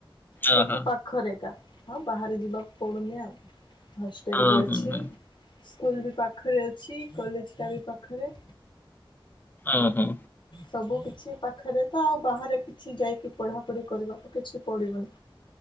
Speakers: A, on the left (about 60°); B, on the left (about 20°).
A: ସବୁ
B: ଅହ
A: ପାଖରେ ଏକା। ଆଉ ବାହାରେ ଯିବାକୁ ପଡୁନି ଆଉ। ହୋଟେଲ୍
B: ହଁ
A: ବି
B: ହଁ
A: ଅଛି।
B: ହଁ।
A: ସ୍କୁଲ ବି ପାଖରେ ଅଛି, କଲେଜ୍ ଟା ବି ପାଖରେ।
B: ଉଁ ହୁଁ।
A: ସବୁ କିଛି ପାଖରେ ତ ଆଉ ବାହାରେ କିଛି ଯାଇକି ପଢାପଢି କରିବାକୁ କିଛି ପଡିବନି।